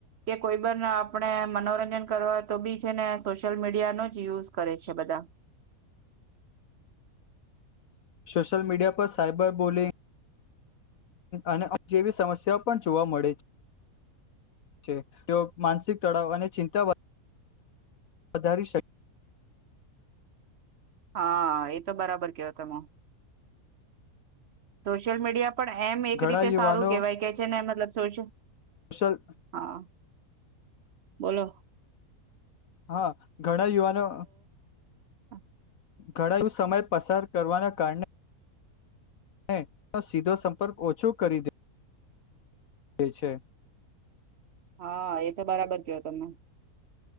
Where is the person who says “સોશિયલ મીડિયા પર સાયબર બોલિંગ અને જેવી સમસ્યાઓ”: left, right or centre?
Left